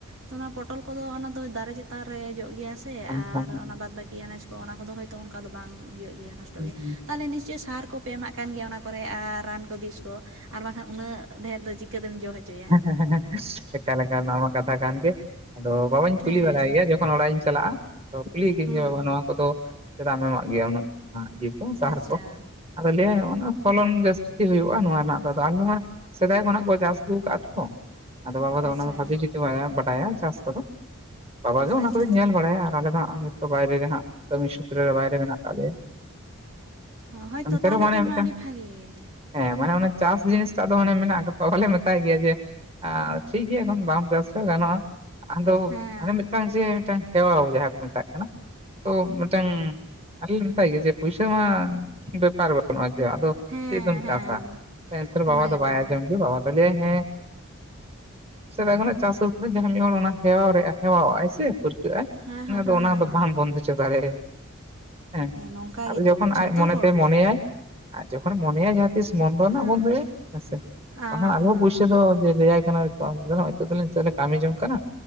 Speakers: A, on the right; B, on the right.
A: ᱛᱚ ᱚᱱᱟ ᱯᱚᱴᱚᱞ ᱠᱚᱫᱚ ᱚᱱᱟ ᱫᱚ ᱫᱟᱨᱮ ᱪᱮᱛᱟᱱ ᱨᱮ ᱡᱚᱜ ᱜᱮᱭᱟ ᱥᱮ
B: ᱦᱩᱸ ᱦᱩᱸ
A: ᱟᱨ
B: ᱦᱩᱸ
A: ᱚᱱᱟ ᱵᱟᱫ ᱵᱟᱹᱠᱤ ᱟᱱᱟᱡᱽ ᱠᱚ ᱚᱱᱟ ᱠᱚᱫᱚ ᱦᱳᱭᱛᱳ ᱚᱱᱠᱟ ᱫᱚ ᱵᱟᱝ ᱤᱭᱟᱹᱜ ᱜᱮᱭᱟ ᱱᱚᱥᱴᱚᱜ
B: ᱦᱩᱸ
A: ᱜᱮᱭᱟ
B: ᱦᱩᱸ
A: ᱛᱟᱦᱚᱞᱮ ᱱᱤᱥᱪᱚᱭ ᱥᱟᱨ ᱠᱚ ᱯᱮ ᱮᱢᱟᱜ ᱠᱟᱱ ᱜᱮᱭᱟ ᱚᱱᱟ ᱠᱚᱨᱮ ᱟᱨ ᱨᱟᱱ ᱠᱚ ᱵᱤᱥ ᱠᱚ ᱟᱨ ᱵᱟᱝᱠᱷᱟᱱ ᱩᱱᱟᱹᱜ ᱰᱷᱮᱨ ᱫᱚ ᱪᱤᱠᱟᱹᱛᱮᱢ ᱡᱚ ᱦᱚᱪᱚᱭᱟ?
B: <unintelligible> ᱮᱠᱟᱞ ᱮᱠᱟᱞ ᱱᱚᱣᱟ ᱢᱟ ᱠᱟᱛᱷᱟ ᱠᱟᱱ ᱜᱮ ᱟᱫᱚ ᱵᱟᱵᱟᱧ ᱠᱩᱞᱤ
A: ᱦᱮᱸ
B: ᱵᱟᱲᱟᱭᱟ ᱡᱚ ᱛᱚᱠᱷᱚᱱ ᱚᱲᱟᱜ ᱤᱧ ᱪᱟᱞᱟᱜᱼᱟ ᱛᱚ ᱠᱩᱞᱤᱭᱟᱸᱧ
A: ᱦᱩᱸ
B: ᱡᱮ ᱵᱟᱵᱟ ᱱᱚᱣᱟ ᱠᱚᱫᱚ ᱪᱮᱫᱟᱜ ᱮᱢᱟᱜ ᱜᱮᱭᱟ ᱩᱱᱟᱹᱜ? ᱦᱟ ᱤᱭᱟᱠᱚ ᱥᱟᱨ
A: ᱟᱪᱪᱷᱟ
B: ᱠᱚ ᱟᱫᱚ ᱞᱟᱹᱭ ᱚᱱᱟ ᱯᱷᱚᱞᱚᱱ ᱡᱟᱹᱥᱛᱤ ᱦᱩᱭᱩᱜᱼᱟ ᱱᱚᱣᱟ ᱨᱮᱱᱟᱜ ᱫᱚ ᱟᱞᱮᱦᱚ ᱥᱮᱫᱟᱭ ᱠᱷᱚᱱᱟᱜ ᱠᱚ ᱪᱟᱥ ᱟᱹᱜᱩᱣ ᱠᱟᱜᱼᱟ ᱛᱚ ᱟᱫᱚ ᱵᱟᱵᱟ ᱫᱚ
A: ᱟᱪᱪᱷᱟ
B: ᱚᱱᱟ ᱫᱚ ᱵᱷᱟᱜᱤ ᱡᱩᱫᱮ ᱵᱟᱰᱟᱭᱟ ᱪᱟᱥ ᱠᱚᱫᱚ ᱵᱟᱵᱟ ᱜᱮ ᱚᱱᱟ
A: ᱟᱪᱪᱷᱟ
B: ᱠᱚᱫᱚ ᱧᱮᱞ ᱵᱟᱲᱟᱭᱟ ᱟᱨ ᱟᱞᱮ ᱫᱚᱜ ᱡᱚᱛᱚ ᱵᱟᱭᱨᱮ ᱨᱮ ᱦᱟᱸᱜ ᱠᱟᱹᱢᱤ ᱥᱩᱛᱨᱚ ᱨᱮ ᱵᱟᱭᱨᱮ ᱢᱮᱱᱟᱜ ᱠᱟ ᱞᱮᱭᱟ
A: ᱚ ᱦᱳᱭᱛᱚ
B: ᱮᱱᱛᱮ
A: ᱛᱟᱦᱚᱞᱮ
B: ᱨᱮᱦᱚ ᱢᱟᱱᱮ
A: ᱠᱷᱟᱱ
B: ᱢᱤᱫᱴᱟᱝ
A: ᱢᱟ ᱟᱹᱰᱤ ᱵᱷᱟᱜᱮ
B: ᱦᱮᱸ ᱢᱟᱱᱮ ᱚᱱᱟ ᱪᱟᱥ ᱡᱤᱱᱤᱥᱴᱟ ᱫᱚ ᱚᱱᱮ ᱢᱮᱱᱟᱜ ᱟᱠᱟᱫ ᱛᱟᱦᱚᱞᱮ ᱢᱮᱛᱟᱭ ᱜᱮᱭᱟ ᱡᱮ ᱴᱷᱤᱠ ᱜᱮᱭᱟ ᱮᱠᱷᱚᱱ ᱵᱟᱢ ᱪᱟᱥᱚ ᱜᱟᱱᱚᱜᱼᱟ᱾ ᱟᱫᱚ
A: ᱦᱮᱸ
B: ᱢᱤᱫ ᱴᱟᱝ ᱡᱮ ᱢᱤᱫ ᱴᱟᱝ ᱦᱮᱣᱟ ᱡᱟᱦᱟᱸ ᱠᱚ ᱢᱮᱛᱟᱜ ᱠᱟᱱᱟ, ᱛᱚ ᱢᱤᱫᱴᱟᱝ ᱟᱞᱮ ᱞᱮ ᱢᱮᱛᱟᱭ ᱜᱮᱭᱟ ᱡᱮ ᱯᱩᱭᱥᱟ ᱢᱟ ᱵᱮᱯᱟᱨ ᱵᱟᱹᱱᱩᱜᱼᱟ ᱡᱮ ᱟᱫᱚ
A: ᱦᱮᱸ
B: ᱪᱮᱫ ᱫᱚᱢ
A: ᱦᱮᱸ
B: ᱪᱟᱥᱟ
A: ᱚᱱᱟ
B: ᱵᱟᱵᱟ ᱫᱚ
A: ᱜᱮᱛᱚ
B: ᱵᱟᱭ ᱟᱸᱡᱚᱢ ᱜᱮ ᱵᱟᱵᱟ ᱫᱚ ᱵᱚᱞᱮ ᱦᱮᱸ ᱥᱮᱫᱟᱭ ᱠᱷᱚᱱᱟᱜ ᱪᱟᱥ ᱟᱫᱚ ᱡᱟᱦᱟᱸᱭ ᱢᱤᱫ ᱦᱚᱲ ᱚᱱᱟ ᱦᱮᱣᱟᱣ ᱨᱮᱟᱭ ᱦᱮᱣᱟᱣ ᱥᱮ ᱯᱟᱹᱨᱠᱟᱹᱜ ᱟᱭ
A: ᱦᱮᱸ ᱦᱮᱸ
B: ᱚᱱᱟ
A: ᱦᱮᱸ
B: ᱫᱚ ᱚᱱᱟ
A: ᱦᱮᱸ
B: ᱫᱚ
A: ᱦᱮᱸ
B: ᱵᱟᱢ ᱵᱚᱱᱫᱚ ᱦᱚᱪᱚ ᱫᱟᱲᱮᱭᱟᱜ ᱦᱮᱸ
A: ᱱᱚᱝᱠᱟ
B: ᱟᱫᱚ
A: ᱜᱮᱛᱚ
B: ᱡᱚᱠᱷᱚᱱ
A: ᱡᱷᱚᱛᱚ
B: ᱟᱡ ᱢᱚᱱᱮ
A: ᱦᱚᱲ
B: ᱛᱮ ᱢᱚᱱᱮᱭᱟᱭ,
A: ᱜᱮ
B: ᱟᱨ ᱡᱚᱠᱷ ᱢᱚᱱᱮᱭᱟ ᱡᱟᱦᱟᱸ ᱛᱤᱥ ᱵᱚᱱᱫᱚ ᱨᱮᱱᱟᱜ
A: ᱦᱮᱸ
B: ᱵᱚᱱᱫᱭᱟᱭ ᱦᱮᱥᱮ᱾
A: ᱦᱮᱸ
B: ᱵᱟᱠᱷᱟᱱ ᱟᱨᱦᱚᱸ
A: ᱦᱮᱸ
B: ᱯᱩᱭᱥᱟᱹ
A: ᱦᱮᱸ
B: ᱫᱚ ᱞᱟᱹᱭᱟᱭ ᱠᱟᱱᱟ, <unintelligible> ᱱᱤᱛᱚᱜ ᱫᱚᱞᱤᱧ ᱱᱤᱛᱚᱜ ᱫᱚᱞᱤᱧ ᱠᱟᱹᱢᱤ ᱡᱚᱝ ᱠᱟᱱᱟ